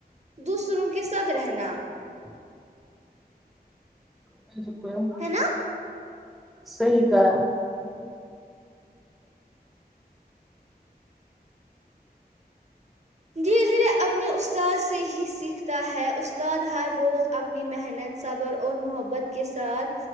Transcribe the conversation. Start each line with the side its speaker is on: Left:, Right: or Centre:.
Right: دوسروں کے ساتھ رہنا
Centre: <unintelligible>
Right: ہے نا
Centre: سہی کہا
Right: دھیرے دھیرے اپنے استاد سے ہی سیکھتا ہے استاد ہر روز اپنی محنت صبر اور محبت کے ساتھ